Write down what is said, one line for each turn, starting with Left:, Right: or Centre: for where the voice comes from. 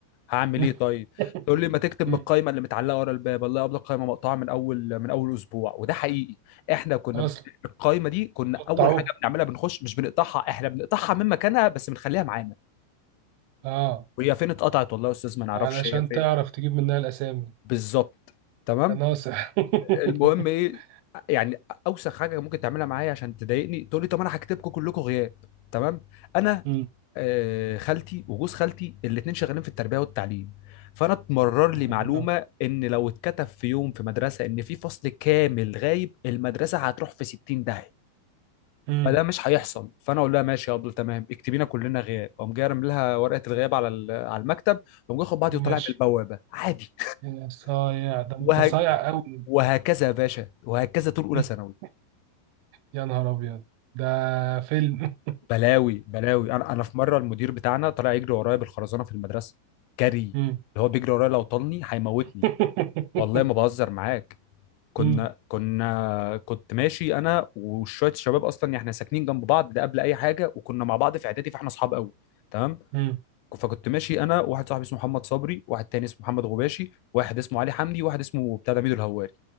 Left: هعمل
Right: <laughs>
Left: ايه طيب تقول لي ما تكتب
Right: مم.
Left: من القائمه اللي متعلقه ورا الباب الله يقبل القائمه مقطوعه من اول من اول اسبوع وده حقيقي احنا كنا
Right: اصلا
Left: ب- القائمه دي كنا
Right: قطعوه
Left: اول حاجه بنعملها بنخش مش بنقطعها احنا بنقطعها من مكانها بس بنخليها معانا
Right: اه
Left: وهي فين اتقطعت والله يا استاذ ما نعرفش
Right: علشان
Left: هي فين
Right: تعرف تجيب منها الاسامي
Left: بالظبط تمام
Right: ناصح
Left: المهم
Right: <laughs>
Left: ايه يعني اوسخ حاجه ممكن تعملها معايا عشان تضايقني تقول لي طب انا هكتبكم كلكم غياب تمام انا
Right: مم.
Left: آه، خالتي وجوز خالتي الاثنين شغالين في التربيه والتعليم فانا اتمرر لي
Right: آه.
Left: معلومه ان لو اتكتب في يوم في مدرسه ان في فصل كامل غايب المدرسه هتروح في 60 داهيه
Right: مم.
Left: فده مش هيحصل فانا اقول لها ماشي يا ابله تمام اكتبينا كلنا غياب اقوم جاي رامي لها ورقه الغياب على ال- على المكتب اقوم جاي اخد بعضي
Right: وماشي
Left: وطالع من البوابه عادي
Right: يا صايع ده انت
Left: وه...
Right: صايع قوي
Left: وهكذا يا باشا وهكذا طول اولى
Right: <laughs>
Left: ثانوي
Right: يا نهار ابيض ده فيلم
Left: بلاوي بلاوي انا انا في مره المدير بتاعنا طلع يجري ورايا بالخرزانه في المدرسه جري اللي
Right: <laughs> مم.
Left: هو بيجري ورايا لو طالني هيموتني
Right: <laughs>
Left: والله ما بهزر معاك كنا
Right: مم.
Left: كنا كنت ماشي انا وشويه الشباب اصلا يعني احنا ساكنين جنب بعض ده قبل اي حاجه وكنا مع بعض في اعدادي فاحنا اصحاب قوي تمام
Right: مم.
Left: فكنت ماشي انا واحد صاحبي اسمه محمد صبري واحد تاني اسمه محمد غباشي واحد اسمه علي حمدي واحد اسمه بتاع ده ميدو الهواري